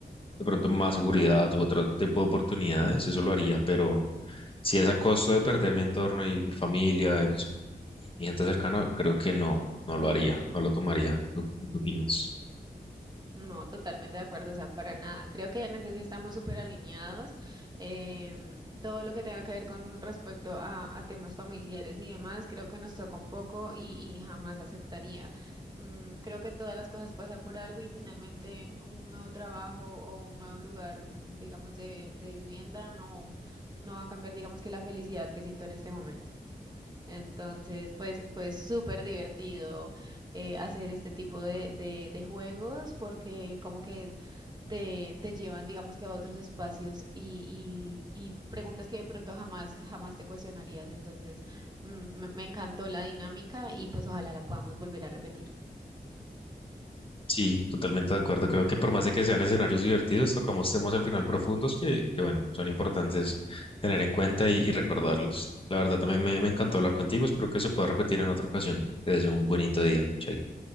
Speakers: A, on the left; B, on the right.
A: de pronto más seguridad u otro tipo de oportunidades, eso lo haría, pero si es a costo de perder mi entorno y mi familia y mis- y mi gente cercana, creo que no, no lo haría, no lo tomaría. ¿Tú, tú qué opinas?
B: No, totalmente de acuerdo, o sea, para nada. Creo que en eso sí estamos súper alineados. em, todo lo que tenga que ver con respecto a, a temas familiares y demás, creo que nos toca un poco y, y jamás aceptaría. Mm, creo que todas las cosas pasan por algo y finalmente un nuevo trabajo o un nuevo lugar, digamos, de, de vivienda no, no va a cambiar, digamos, que la felicidad que siento en este momento. Entonces, pues, pues súper divertido eh, hacer este tipo de, de, de juegos porque como que te, te llevan, digamos que a otros espacios y, y, y preguntas que de pronto jamás, jamás te cuestionarías. Entonces, mm, me, me encantó la dinámica y pues ojalá la podamos volver a repetir.
A: Sí, totalmente de acuerdo. Creo que por más de que sean escenarios divertidos, tocamos temas al final profundos que, que, bueno, son importantes tener en cuenta y, y recordarlos. La verdad, también me, me encantó hablar contigo. Espero que se pueda repetir en otra ocasión. Te deseo un bonito día. Chaito.